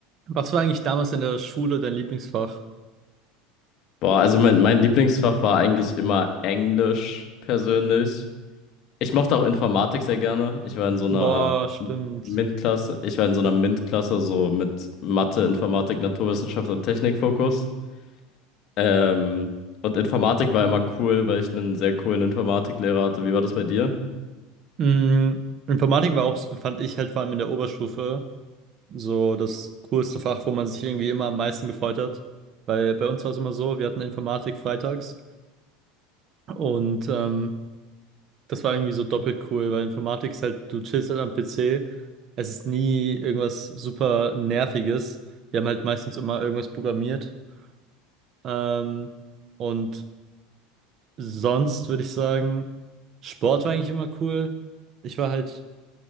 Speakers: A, on the right; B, on the left.
A: Was war eigentlich damals in der Schule dein Lieblingsfach?
B: Boah, also mein, mein Lieblingsfach war eigentlich immer Englisch persönlich. Ich mochte auch Informatik sehr gerne. Ich war in so
A: Boah,
B: einer
A: stimmt.
B: M- MINT-Klasse, ich war in so einer MINT-Klasse, so mit Mathe, Informatik, Naturwissenschaft und Technikfokus. Ähm, und Informatik war immer cool, weil ich einen sehr coolen Informatiklehrer hatte. Wie war das bei dir?
A: Mm, Informatik war auch, fand ich halt vor allem in der Oberstufe, so das coolste Fach, wo man sich irgendwie immer am meisten gefreut hat. Weil bei uns war es immer so, wir hatten Informatik freitags und ähm, das war irgendwie so doppelt cool, weil Informatik ist halt, du chillst halt am PC, es ist nie irgendwas super Nerviges. Wir haben halt meistens immer irgendwas programmiert. Ähm, und Sonst würde ich sagen, Sport war eigentlich immer cool. Ich war halt,